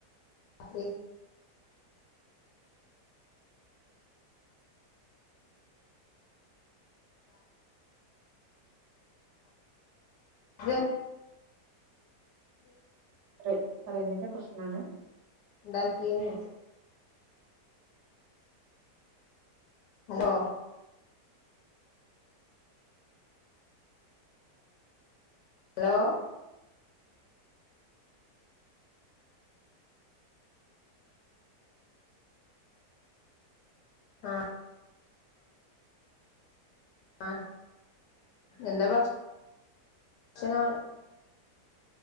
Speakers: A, on the left; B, on the right.
A: കറി രെ
B: റേ റേയ്ഞ്ചിന്റെ പ്രശ്നാണ്.
A: ണ്ടാക്കിയൊ ചോയ്ച്ചെ ഹലോ ഹലോ ആഹ് ആഹ് എന്താ ഭക്ഷ ച്ചനാഹ്